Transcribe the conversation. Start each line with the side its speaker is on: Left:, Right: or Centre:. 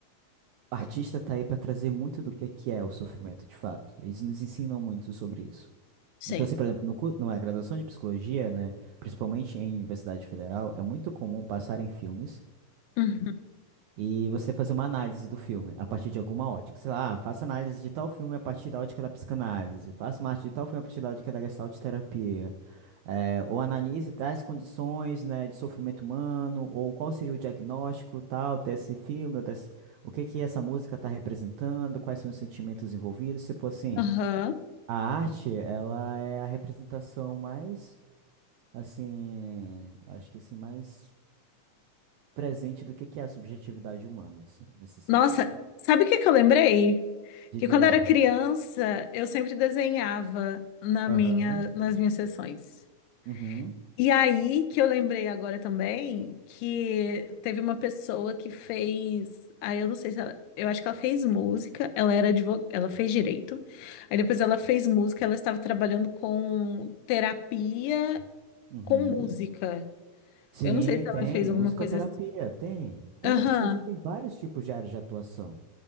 Right: O artista tá aí para trazer muito do que que é o sofrimento de fato. Eles nos ensinam muito sobre isso.
Left: Sei.
Right: Então, assim, por exemplo, no, cu- na graduação de psicologia, né, principalmente em Universidade Federal, é muito comum passarem filmes
Left: Uhum.
Right: e você fazer uma análise do filme a partir de alguma ótica. Sei lá, "Ah, faça análise de tal filme a partir da ótica da psicanálise, faça uma arte de tal filme a partir da ótica da gestalt terapia. É, ou analise tais condições, né, de sofrimento humano, ou qual seria o diagnóstico tal desse filme, ou desse, o que que essa música está representando, quais são os sentimentos envolvidos, tipo assim,
Left: Aham.
Right: a arte, ela é a representação mais, assim, acho que assim, mais presente do que que é a subjetividade humana, assim, nesse sentido,
Left: Nossa,
Right: sabe?
Left: sabe o que que eu lembrei?
Right: De
Left: Que
Right: Guilar.
Left: quando eu era criança, eu sempre desenhava na minha,
Right: Aham.
Left: nas minhas sessões.
Right: Uhum.
Left: E aí que eu lembrei agora também que teve uma pessoa que fez, aí eu não sei se ela, eu acho que ela fez música, ela era advo, ela fez direito. Aí depois ela fez música, ela estava trabalhando com terapia
Right: Uhum.
Left: com música.
Right: Sim,
Left: Eu não sei se
Right: tem.
Left: ela fez alguma
Right: Musicoterapia,
Left: coisa assim.
Right: tem. Dentro
Left: Aham.
Right: da psicologia tem vários tipos de áreas de atuação.